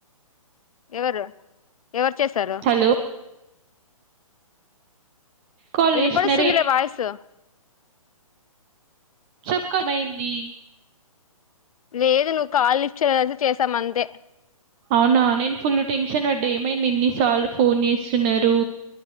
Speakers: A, on the left; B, on the right.
A: ఎవరు ఎవరు చేశారు
B: హలో కాల్
A: వినపడిస్తుందిలే
B: చేసినారు
A: వాయిసు
B: చుక్కమైంది
A: లేదు నువ్వు కాల్ లిఫ్ట్ చేయలే అయితే చేసాం అంతే
B: అవునా నేను ఫుల్ టెన్షన్ పె ఏమైంది ఇన్ని సార్లు ఫోన్ చేస్తున్నారు